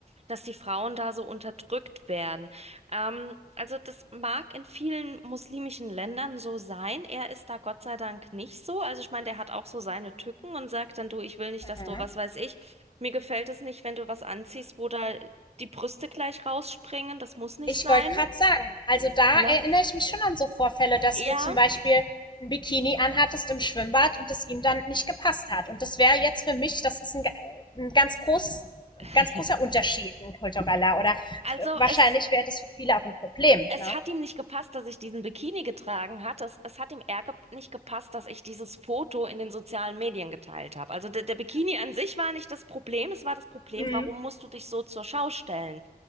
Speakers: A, on the right (about 40°); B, on the left (about 30°).
A: dass die Frauen da so unterdrückt werden. Ähm, also das mag in vielen muslimischen Ländern so sein. Er ist da Gott sei Dank nicht so. Also ich meine, der hat auch so seine Tücken und sagt dann, du, ich will nicht,
B: Mhm.
A: dass du, was weiß ich, mir gefällt es nicht, wenn du was anziehst, wo da die Brüste gleich rausspringen. Das muss nicht
B: Ich
A: sein,
B: wollte gerade sagen, also da
A: ne?
B: erinnere ich mich schon an so Vorfälle, dass
A: Ja,
B: du zum Beispiel ein Bikini anhattest im Schwimmbad und es ihm dann nicht gepasst hat. Und das wäre jetzt für mich, das ist ein, äh, ein ganz großes
A: <laughs>
B: ganz großer Unterschied, ein kultureller. Oder
A: also
B: wahrscheinlich
A: es
B: wäre das für viele auch ein Problem.
A: Es
B: Ne?
A: hat ihm nicht gepasst, dass ich diesen Bikini getragen hat. Es, es hat ihm eher ge nicht gepasst, dass ich dieses Foto in den sozialen Medien geteilt habe. Also der, der Bikini an sich war nicht das Problem. Es war das Problem,
B: Mhm.
A: warum musst du dich so zur Schau stellen?